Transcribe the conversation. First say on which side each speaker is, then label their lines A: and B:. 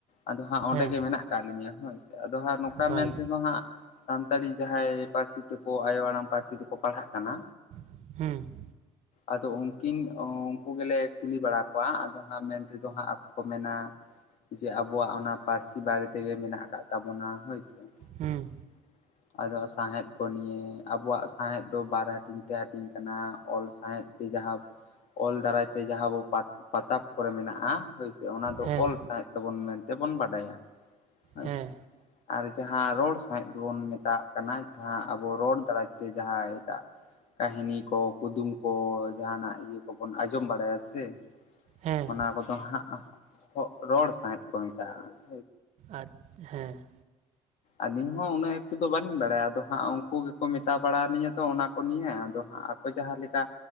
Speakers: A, on the left (about 65°); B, on the right (about 60°).
A: ᱟᱫᱚ ᱦᱟᱸᱜ ᱚᱸᱰᱮᱜ
B: ᱦᱮᱸ
A: ᱜᱮ ᱢᱮᱱᱟᱜ ᱠᱟᱜ ᱞᱤᱧᱟᱹ ᱦᱳᱭ ᱥᱮ ᱟᱫᱚ ᱦᱟᱸᱜ ᱱᱚᱝᱠᱟ
B: ᱦᱳᱭ
A: ᱢᱮᱱ ᱛᱮᱦᱚ ᱦᱟᱸᱜ ᱥᱟᱱᱛᱟᱲᱤ ᱡᱟᱦᱟᱸᱭ ᱯᱟᱹᱨᱥᱤ ᱛᱮᱠᱚ ᱟᱭᱳ ᱟᱲᱟᱝ ᱯᱟᱹᱨᱥᱤ ᱛᱮᱠᱚ ᱯᱟᱲᱦᱟᱜ ᱠᱟᱱᱟ
B: ᱦᱩᱸ ᱾
A: ᱟᱫᱚ ᱩᱱᱠᱤᱱ ᱩᱱᱠᱩ ᱜᱮᱞᱮ ᱠᱩᱞᱤ ᱵᱟᱲᱟ ᱠᱚᱣᱟ ᱟᱫᱚ ᱦᱟᱸᱜ ᱢᱮᱱ ᱛᱮᱫᱚ ᱦᱟᱸᱜ ᱟᱠᱚ ᱠᱚ ᱢᱮᱱᱟ ᱡᱮ ᱟᱵᱚᱣᱟᱜ ᱚᱱᱟ ᱯᱟᱹᱨᱥᱤ ᱵᱟᱨᱮ ᱛᱮᱜᱮ ᱢᱮᱱᱟᱜ ᱟᱠᱟᱜ ᱛᱟᱵᱚᱱᱟ ᱦᱳᱭᱥᱮ ᱾
B: ᱦᱩᱸ ᱾
A: <unintelligible> ᱟᱫᱚ ᱥᱟᱸᱦᱮᱫ ᱠᱚ ᱱᱤᱭᱮ ᱟᱵᱚᱣᱟᱜ ᱥᱟᱶᱦᱮᱫ ᱫᱚ ᱵᱟᱨ ᱦᱟᱹᱴᱤᱧ ᱛᱮ ᱦᱟᱹᱴᱤᱧ ᱠᱟᱱᱟ, ᱚᱞ ᱥᱟᱸᱦᱮᱫ ᱥᱮ ᱡᱟᱦᱟᱸ ᱚᱞ ᱫᱟᱨᱟᱭᱛᱮ ᱡᱟᱦᱟᱸ ᱟᱵᱚ ᱯᱟᱛ ᱯᱟᱛᱚᱵ ᱠᱚᱨᱮ ᱢᱮᱱᱟᱜᱼᱟ ᱦᱳᱭᱥᱮ ᱾ ᱚᱱᱟ ᱫᱚ
B: ᱦᱮᱸ
A: ᱚᱞ ᱥᱟᱣᱦᱮᱸᱫ ᱛᱟᱵᱚᱱ ᱢᱮᱱ ᱛᱮᱵᱚᱱ ᱵᱟᱰᱟᱭᱟ ᱾ ᱦᱳᱭ
B: ᱦᱮᱸ
A: ᱥᱮ ᱾ ᱟᱨ ᱡᱟᱦᱟᱸ ᱨᱚᱲ ᱥᱟᱦᱮᱸᱫ ᱫᱚᱵᱚᱱ ᱢᱮᱛᱟᱜ ᱠᱟᱱᱟ ᱡᱟᱦᱟᱸ ᱟᱵᱚ ᱨᱚᱲ ᱫᱟᱨᱟᱭ ᱛᱮ ᱡᱟᱦᱟᱸ ᱮᱴᱟᱜ ᱠᱟᱹᱦᱤᱱᱤ ᱠᱚ, ᱠᱩᱫᱩᱢ ᱠᱚ ᱡᱟᱦᱱᱟᱜ ᱤᱭᱟᱹ ᱠᱚᱵᱚᱱ ᱟᱸᱡᱚᱢ ᱵᱟᱲᱟᱭᱟ ᱥᱮ
B: ᱦᱮᱸ
A: ᱚᱱᱟ ᱠᱚᱫᱚ ᱦᱟᱸᱜ <unintelligible> ᱨᱚᱲ ᱥᱟᱶᱦᱮᱫ ᱠᱚ ᱢᱮᱛᱟᱜᱼᱟ ᱾
B: ᱟᱪ ᱦᱮᱸ ᱾
A: ᱟᱹᱞᱤᱧ ᱦᱚᱸ ᱩᱱᱟᱹᱜ ᱮᱠᱴᱩ ᱫᱚ ᱵᱟᱹᱞᱤᱧ ᱵᱟᱲᱟᱭᱟ ᱟᱫᱚ ᱦᱟᱸᱜ ᱩᱱᱠᱩ ᱜᱮᱠᱚ ᱢᱮᱛᱟ ᱵᱟᱲᱟ ᱟᱹᱞᱤᱧᱟ ᱛᱚ ᱚᱱᱟ ᱠᱚ ᱱᱤᱭᱟᱹ, ᱟᱫᱚ ᱦᱟᱸᱜ ᱟᱠᱚ ᱡᱟᱦᱟᱸ ᱞᱮᱠᱟ